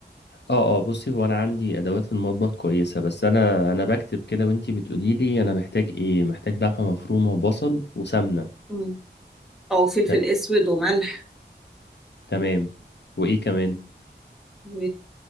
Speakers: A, on the left (about 70°); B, in the centre.
A: اه اه بصي هو انا عندي ادوات المطبخ كويسة بس انا انا بكتب كده وانتي بتقولي لي انا محتاج ايه محتاج لحمة مفرومة وبصل وسمنة
B: مم. أو فلفل
A: ت-
B: أسود وملح
A: تمام وايه كمان
B: و...